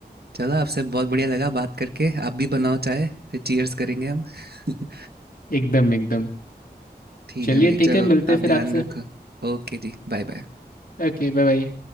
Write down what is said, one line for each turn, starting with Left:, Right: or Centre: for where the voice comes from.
Right: चलो आपसे बहुत बढ़िया लगा बात करके आप भी बनाओ चाय फिर चीयर्स करेंगे हम <laughs>
Left: एकदम एकदम
Right: ठीक
Left: चलिए
Right: है भाई
Left: ठीक
Right: चलो
Left: है मिलते हैं
Right: आप
Left: फिर
Right: ध्यान
Left: आपसे
Right: रखो ओके जी बाय बाय
Left: Okay bye bye